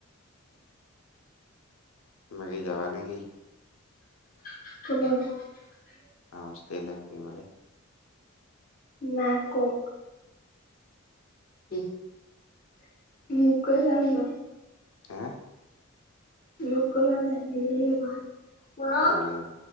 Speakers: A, on the left (about 80°); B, on the left (about 40°).
A: বাকি যাবা নেকি?
B: <unintelligible>
A: <unintelligible>
B: মা কত? <inaudible>
A: হে
B: লোক ক মেন্দ এবাৰ কল।
A: ক'ব লাগিব